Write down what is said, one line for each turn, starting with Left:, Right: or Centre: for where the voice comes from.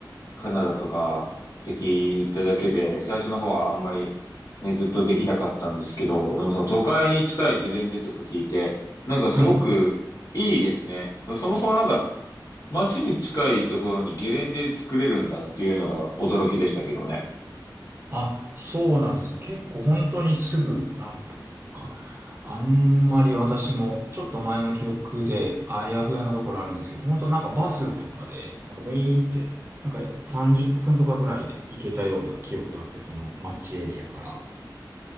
Left: カナダとかって聞いただけで、最初の方はあんまり、ね、ずっとできなかったんですけど、でもその都会に近いゲレンデとか聞いて、なんかすごくいいですね。
Right: はい。
Left: そもそもなんか街に近いところにゲレンデ作れるんだっていうのが驚きでしたけどね。
Right: あ、そうなんですね。結構本当にすぐ、なんか、あんまり私も、ちょっと前の記憶で、あやふやなところあるんですけど、本当なんかバスとかで、なんかブイーンって、なんか30分とかぐらいで行けたような記憶があって、その街エリアから。